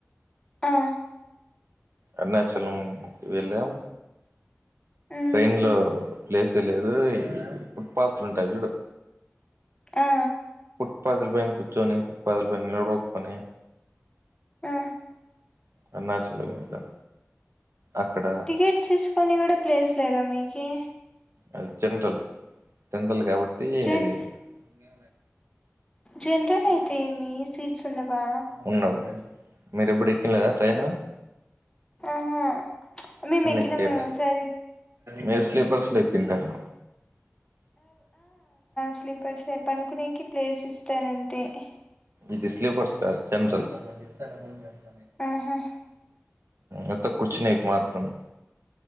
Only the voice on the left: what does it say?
ఆ
హ్మ్
ఆ
ఆ
టికెట్స్ తీసుకొని కూడా ప్లేస్ లేదా మీకి
జన్
జనరల్ అయితే మీ తీరు చున్నవా
ఆహా మేము ఎక్కినా
ఆ మేము సారి
స్లీపర్స్ పనుకునేకి ప్లేస్ ఇస్తానంతే అంతే
ఆహా